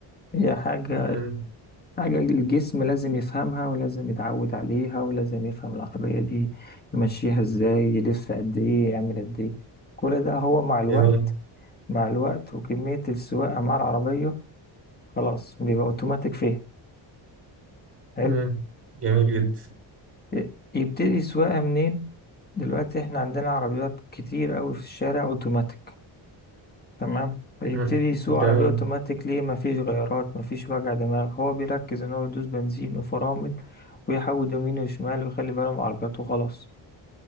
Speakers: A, on the left; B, on the right.
A: هي حاجة
B: مم.
A: حاجة الجسم لازم يفهمها ولازم يتعود عليها ولازم يفهم العربية دي يمشيها ازاي يلف قد ايه يعمل قد ايه كل ده هو مع الوقت
B: جميل
A: مع الوقت وكمية السواقة مع العربية خلاص بيبقى اوتوماتيك فيها حلو
B: مم. جميل جدا
A: ي- يبتدي السواقة منين دلوقتي احنا عندنا عربيات كتير قوي في الشارع اوتوماتيك تمام فيبتدي
B: مم.
A: يسوق
B: جميل
A: عربية اوتوماتيك ليه مفيش غيارات مفيش وجع دماغ هو بيركز ان هو يدوس بنزين وفرامل ويحود يمين وشمال ويخلي باله من عربيته وخلاص